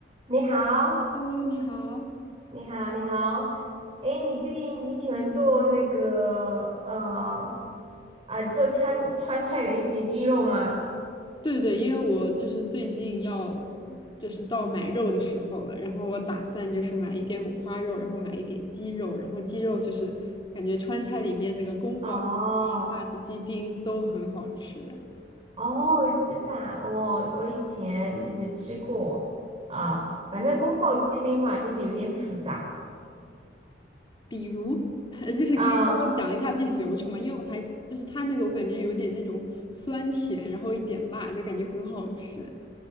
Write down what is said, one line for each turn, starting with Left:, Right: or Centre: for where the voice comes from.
Right: 你好，
Left: Hello，你好。
Right: 你好，你好。哎，你最近你喜欢做那个呃啊做川川菜的一些鸡肉吗？
Left: 对对，因为我就是最近要就是到买肉的时候了，然后我打算就是买一点五花肉，然后买一点鸡肉，然后鸡肉就是感觉川菜里面那个宫保鸡丁、
Right: 哦
Left: 辣子鸡丁都很好吃。
Right: 哦，真的啊我我以前就是吃过啊、反正宫保鸡丁的话就是有点复杂
Left: 比如，<laughs> 就是可以跟我讲一下具体流程吗？
Right: 啊、
Left: 因为我还就是它那个我感觉有一点那种酸甜，然后一点辣，就感觉很好吃